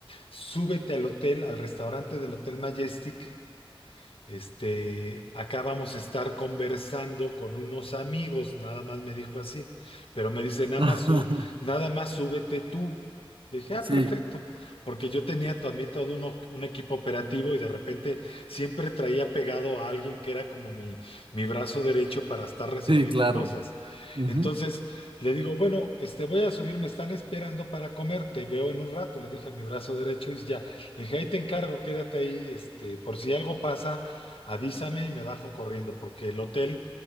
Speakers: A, on the left (about 70°); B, on the right (about 65°).
A: "Súbete al hotel, al restaurante del Hotel Majestic." Este, acá vamos a estar conversando con unos amigos, nada más me dijo así, pero me dice, nada
B: <laughs>
A: más, su, nada más súbete tú. Le dije, ah,
B: Sí,
A: perfecto, porque yo tenía también todo uno- un equipo operativo y de repente siempre traía pegado a alguien que era como mi, mi brazo derecho para estar resolviendo
B: sí, claro.
A: cosas.
B: Ujú,
A: Entonces le digo, bueno, este, voy a subir, me están esperando para comer, te veo en un rato, le dije a mi brazo derecho y ya, le dije, ahí te encargo, quédate ahí, este, por si algo pasa. Avísame y me bajo corriendo, porque el hotel,